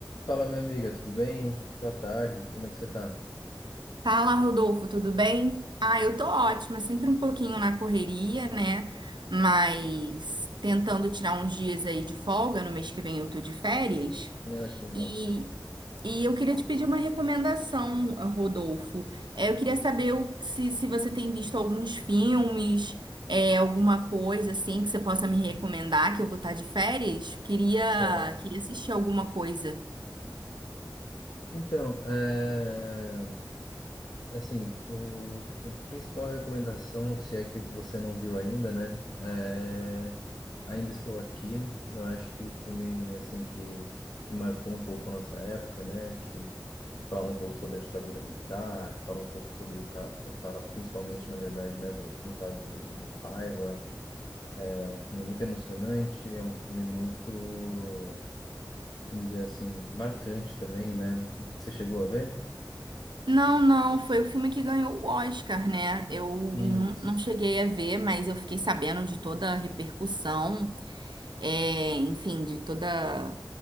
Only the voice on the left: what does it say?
Fala, minha amiga, tudo bem? Boa tarde, como é que você tá?
Ah, que legal.
Certo.
Então, é... assim, o pr- principal recomendação, se é que você não viu ainda, né? É... Ainda Estou Aqui. Eu acho que o filme, assim, que, que marcou um pouco a nossa época, né? Que fala um pouco sobre a ditadura militar, fala um pouco sobre o... ca- Fala principalmente, na verdade, né? Do... No caso do Rubens Paiva. É um filme muito emocionante, é um filme muito vamos dizer assim, marcante também, né? Você chegou a ver?
Isso.